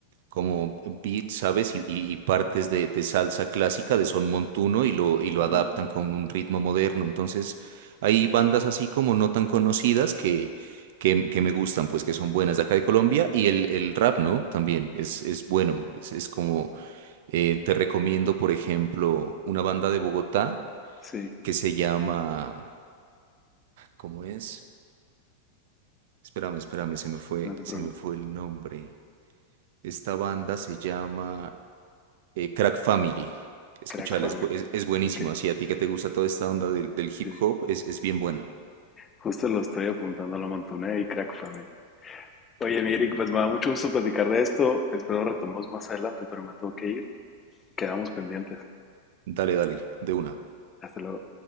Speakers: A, on the right; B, on the left.
A: como beats, ¿sabes? Y, y- y partes de, de salsa clásica, de son montuno, y lo, y lo
B: Ajá,
A: adaptan con un ritmo moderno. Entonces, hay bandas así como no tan conocidas que, que, que me gustan, pues que son buenas de acá de Colombia. Y el, el rap, ¿no? También es, es bueno, es, es como eh, te recomiendo, por ejemplo, una banda de Bogotá
B: sí,
A: que se llama, ¿cómo es? Espérame, espérame, se me fue,
B: no te preocupes.
A: se me fue el nombre. Esta banda se llama eh, Crack Family. Escúchala,
B: Crack Family.
A: es, bu- es, es buenísima.
B: Ok,
A: Si a ti que te gusta toda esta onda del, del hip
B: sí.
A: hop, es, es bien buena.
B: Justo lo estoy apuntando a la Montuné y Crack Family. Oye, mi Eric, pues me da mucho gusto platicar de esto. Espero retomemos más adelante, pero me tengo que ir. Quedamos pendientes.
A: Dale, dale, de una.
B: Hasta luego.